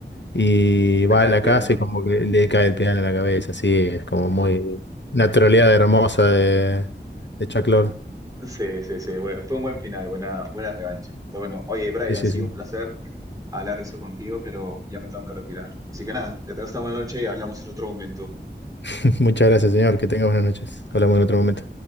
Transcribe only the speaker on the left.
y
va
a la
casa
y como que le cae el piano en la cabeza, así es como muy, una troleada hermosa de, de Chuck Lorre.
Sí, sí,
sí.
<laughs> Muchas gracias, señor. Que tenga buenas noches. Hablamos en otro momento.